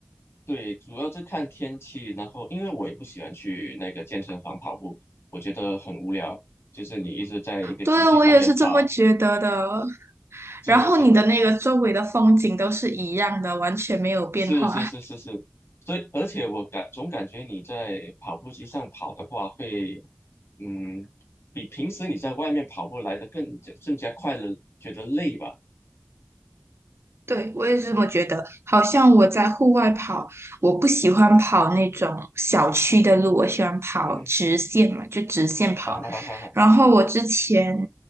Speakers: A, on the left; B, on the right.
A: 对，主要是看天气，然后因为我也不喜欢去那个健身房跑步，我觉得很无聊，就是你一直在一个机器上面跑，
B: 对，我也是这么觉得的。
A: 就是
B: 然后你的那个周围的风景都是一样的，完全没有变化。
A: 是是是是是，所以而且我感总感觉你在跑步机上跑的话会，嗯，比平时你在外面跑步来的更更加快乐，觉得累吧？
B: 对，我也是这么觉得。好像我在户外跑，我不喜欢跑那种小区的路，我喜欢跑直线嘛，
A: 嗯，
B: 就直线跑。
A: 哈哈哈哈哈，
B: 然后我之前